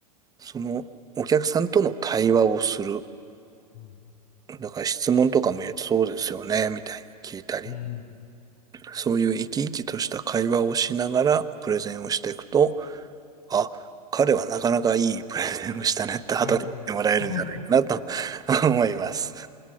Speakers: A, on the right (about 20°); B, on the left (about 55°).
A: そのお客さんとの対話をする。
B: うん。
A: だから質問とかもそうですよね、みたいに聞いたり、
B: うん。
A: そういう生き生きとした会話をしながらプレゼンをしていくと、あ、彼はなかなかいいプレゼンをしたねって後で言ってもらえるんじゃないかなと
B: うん。<laughs>
A: <laughs> 思います。
B: うん